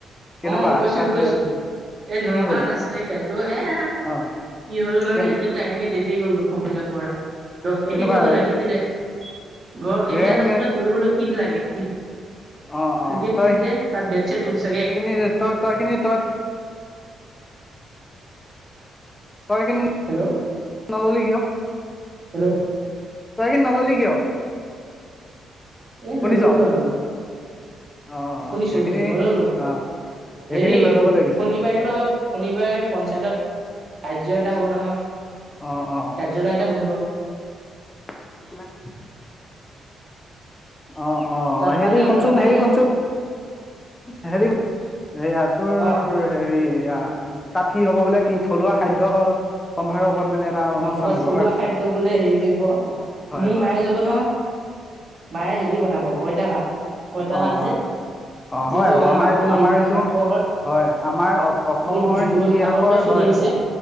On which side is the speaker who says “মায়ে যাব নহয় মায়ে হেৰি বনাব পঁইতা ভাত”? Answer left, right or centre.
Right